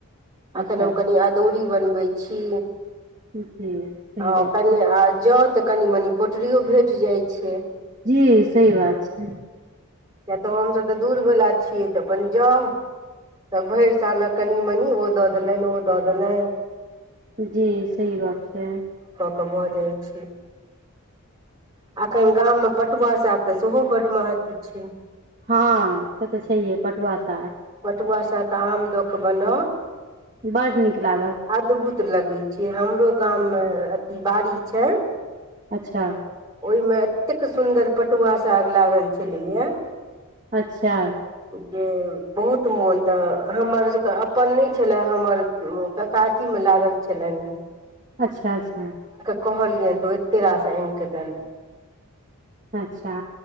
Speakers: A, on the right; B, on the right.
A: अच्छा
B: एखन हम
A: अच्छा
B: कनि अदौड़ी बनबै छी
A: जी सही
B: आ
A: गप
B: कनि
A: छै
B: आ जाउ तऽ कनि मनि पोटरियो भेट जाइ छै
A: जी सही बात छै
B: किए तऽ हमसभ तऽ दूरवला छियै तऽ अपन जाउ तऽ भरि सालक कनि मनि ओ दऽ देलनि ओ दऽ देलनि
A: जी सही बात छै
B: क भऽ जाइ छै एखन गाममे पटुआ सागके सेहो बड्ड महत्व छै
A: हँ से तऽ छैहे पटुआ साग
B: पटुआ साग के आम दऽ कऽ बनाउ
A: बड्ड नीक लागत
B: अद्भुत लगै छै हमरो गाममे
A: बहुत
B: अथी बारी छै
A: अच्छा
B: ओहिमे एतेक सुन्दर पटुआ साग लागल छलैएे
A: अच्छा
B: जे बहुत मोन तऽ हमर सबके अपन नहि छले हमर ककाजी मे लागल छलै ने
A: अच्छा अच्छा
B: कहलियनि तऽ ओते रास आनि कऽ देलनि
A: अच्छा